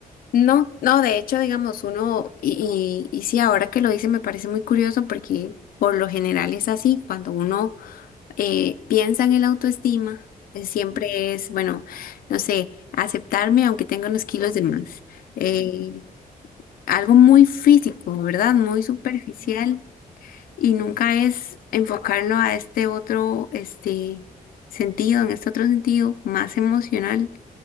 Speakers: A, on the left (about 65°); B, on the right (about 25°).
A: No, no, de hecho, digamos, uno, y, y, y sí, ahora que lo dice me parece muy curioso porque por lo general es así, cuando uno eh, piensan en la autoestima, eh, siempre
B: Ujú,
A: es, bueno, no sé, aceptarme aunque tenga unos kilos de más. Eh,
B: ujú,
A: algo muy físico, ¿verdad? Muy superficial
B: ajá, ujú,
A: y nunca es enfocarlo a este otro, este sentido, en este otro sentido más emocional,